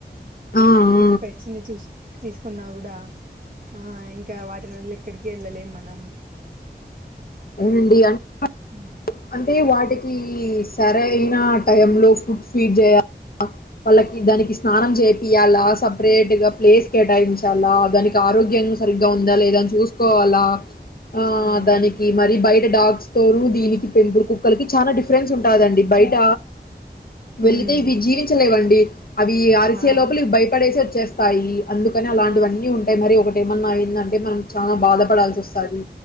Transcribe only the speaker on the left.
ఆ ఆ
అవునండి అన్ పా
అంటే వాటికి సరైన టైంలో ఫుడ్ ఫీడ్ చేయా వాళ్ళకి దానికి స్నానం జేప్ ఇయ్యాల సపరేట్గా ప్లేస్ కేటాయించ్ చాలా దానికి ఆరోగ్ గ్యం సరిగ్గా ఉందా లేదా అని చూసుకోవాలా ఆ
దానికి మరి బయట డాగ్స్ తోరు దీనికి పెంపుడు కుక్కలకి చాలా డిఫరెన్స్ కాదండి బయట వెళితే
ఇవి జీవించలేవండి అవి అరిసే
లోపల ఇవి భయపడేసి వచ్చేస్ కాయి అందుకని అలాంటివన్నీ
ఉంటాయి మరి ఒకటి ఏమన్నా అయ్యిందన్ టే మనం చాలా బాధపడాల్సి వస్తాది